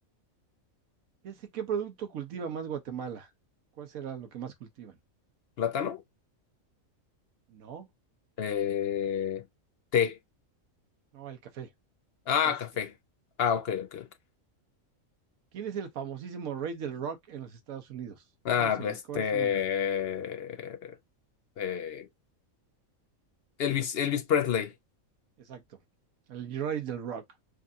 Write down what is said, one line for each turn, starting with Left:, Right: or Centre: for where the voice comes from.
Right: ya sé qué producto cultiva más Guatemala. ¿Cuál será lo que más cultivan?
Left: Plátano.
Right: No,
Left: Eh, té.
Right: no, el café,
Left: Ah,
Right: casi
Left: café.
Right: que.
Left: Ah, ok, ok, ok.
Right: ¿Quién es el famosísimo rey del rock en los Estados Unidos?
Left: Ah,
Right: ¿Cómo se
Left: pues,
Right: le, cuál
Left: este.
Right: es su nombre?
Left: eh, Elvis, Elvis Presley.
Right: Exacto. El rey del rock.